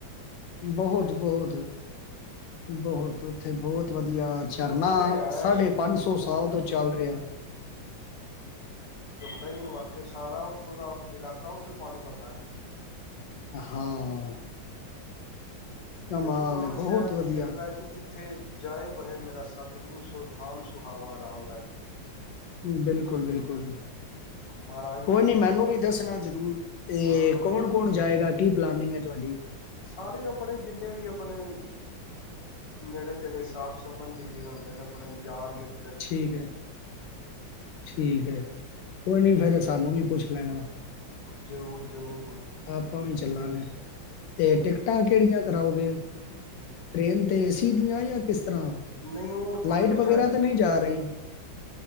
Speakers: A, on the left (about 75°); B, on the left (about 20°).
A: ਬਹੁਤ ਬਹੁਤ ਬਹੁਤ
B: ਹਮ
A: ਉਓਥੇ ਬਹੁਤ ਵਧੀਆ ਝਰਨਾ
B: ਉੱਥੇ ਤੇ ਰਿਹਾਇਸ਼
A: ਸਾਢੇ ਪੰਜ ਸੌ ਸਾਲ ਤੋਂ ਚੱਲ ਰਿਹਾ
B: ਪਤਾ ਹੀ ਨੀ ਵਾਕਈ ਸਾਰਾ ਉਥੋਂ ਦਾ ਇਲਾਕਾ ਉਥੋਂ ਪਾਣੀ ਭਰਦਾ ਹੈ
A: ਹਾਂ ਕਮਾਲ
B: ਇਹ ਗੁਰੂ ਨਾਨਕ
A: ਹੈ ਬਹੁਤ
B: ਸਾਹਿਬ
A: ਵਧੀਆ
B: ਦੀ ਕਿਰਪਾ ਜੀ ਜਿੱਥ ਉੱਥੇ ਜਾਏ ਬਹੇ ਮੇਰਾ ਸਾਧ <unintelligible> ਸੋ ਥਾਨ ਸੁਹਾਵਾ ਰਾਮ- ਰਾਜ।
A: ਬਿਲਕੁਲ -ਬਿਲਕੁਲ।
B: ਮਹਾਰਾਜ ਨੇ
A: ਕੋਈ
B: ਜਿੱਥੇ
A: ਨੀ ਮੈਨੂੰ ਵੀ ਦੱਸਣਾ ਜ਼ਰੂਰ, ਤੇ
B: ਹਾਂ ਹਾਂ
A: ਕੌਣ
B: ਹਾਂ
A: ਕੌਣ ਜਾਏਗਾ ਕੀ ਪਲਾਨਿੰਗ ਹੈ? ਤੁਹਾਡੀ
B: ਸਾਰੇ ਆਪਣੇ ਜਿੰਨੇ ਵੀ ਆਪਣੇ, ਨੇੜੇ-ਤੇੜੇ ਸਾਖ-ਸੰਬੰਧੀ ਜਿਹੜੇ ਹੁੰਦੇ ਨੇ ਆਪਣੇ ਯਾਰ-ਮਿਤ
A: ਠੀਕ ਹੈ। ਠੀਕ ਹੈ ਕੋਈ ਨੀ ਫੇਰ ਸਾਨੂੰ ਵੀ ਪੁੱਛ ਲੈਣਾ
B: ਜਰੂਰ-ਜਰੂਰ।
A: ਆਪਾਂ ਵੀ ਚੱਲਾਂਗੇ, ਤੇ ਟਿਕਟਾਂ ਕੇੜੀਆਂ ਕਰਾਓਗੇ। ਟ੍ਰਰੇਨ ਤੇ ਏਸੀ ਦੀਆਂ ਯਾਂ ਕਿਸ ਤਰ੍ਹਾਂ?
B: ਨਹੀਂ ਉਹ
A: ਫਲਾਈਟ
B: ਥੋੜਾ ਡਿਸਾਈਡ
A: ਵਗੈਰਾ ਤੇ ਨਹੀਂ ਜਾ ਰਹੀ।